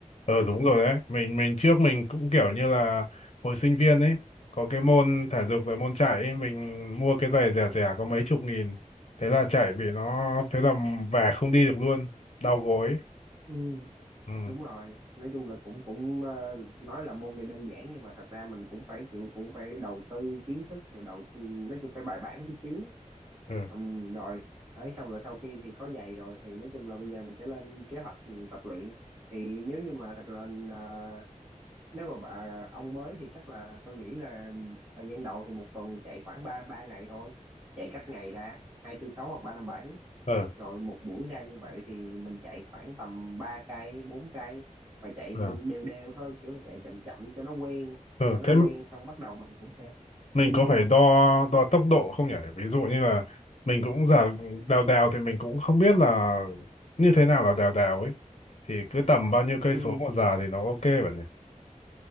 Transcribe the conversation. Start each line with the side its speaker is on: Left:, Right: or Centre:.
Left: ờ
Right: đấy
Left: đúng rồi đấy mình mình trước mình cũng kiểu như là hồi sinh viên ấy có cái môn thể dục rồi môn chạy ấy, mình mua cái giày rẻ rẻ có mấy chục nghìn thế là chạy bị nó thế là về không đi được luôn đau gối
Right: ừ.
Left: ừ
Right: đúng rồi nói chung là cũng cũng ờ, nói là môn này đơn giản nhưng mà thật ra mình cũng phải kiểu cũng phải đầu tư kiến thức rồi đầu ừ, nói chung phải bài bản tí xíu
Left: ừ
Right: Ừm, rồi đấy xong rồi sau khi thì có giày rồi thì nói chung là bây giờ mình sẽ lên kế hoạch ừ, tập luyện thì nếu như mà thật là ờ, nếu mà bà, ông mới thì chắc là tôi nghĩ là thời gian đầu thì một tuần chạy khoảng ba ba ngày thôi chạy cách ngày ra hai tư sáu hoặc ba năm bảy
Left: ờ
Right: rồi một buổi ra như vậy thì mình chạy khoảng tầm 3 cây bốn cây và chạy
Left: ờ
Right: đều đều thôi kiểu là chạy chậm chậm cho nó quen
Left: ờ
Right: cho nó
Left: thế
Right: quen xong bắt đầu mình cũng sẽ
Left: mình
Right: ừ,
Left: có
Right: ừ,
Left: phải đo đo tốc độ không nhỉ ví dụ như là mình cũng giờ đèo đèo thì mình cũng không biết là như thế nào là đèo đèo ấy thì cứ tầm bao nhiêu cây
Right: ừ,
Left: số một giờ thì nó ok bạn nhỉ